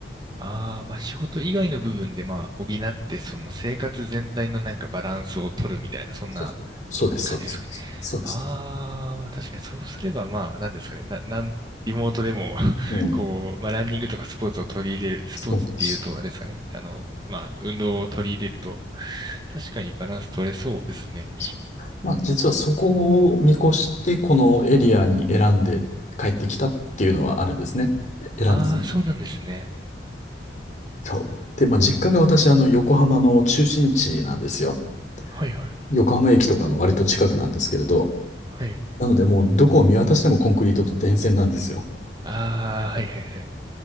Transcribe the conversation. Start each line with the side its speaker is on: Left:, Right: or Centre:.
Right: ああ、まあ仕事以外の部分でまあ補って、その生活全体のなんかバランスを取るみたいな、そんな
Left: そう、そうです、
Right: 感じですかね。
Left: そうです。そうです。
Right: ああ、確かにそうすればまあ、なんですかね。な、なん、リモートでも <laughs>
Left: うん。
Right: こう、まあランニングとかスポーツを取り入れる、スポーツっていうと、
Left: そうなんです。
Right: あれですかね。あの、まあ、運動を取り入れると、確かにバランス取れそうですね。
Left: そう。まあ、実はそこを見越して、このエリアに選んで帰ってきたっていうのはあるんですね。選んで
Right: ああー、そうなんですね。
Left: そう。で、まあ、実家が私、あの、横浜の中心地なんですよ。
Right: はいはい、
Left: 横浜駅とかの割と近くなんですけれど。
Right: はい。
Left: なので、もうどこを見渡してもコンクリートと電線なんですよ。
Right: ああ、はいはいはい。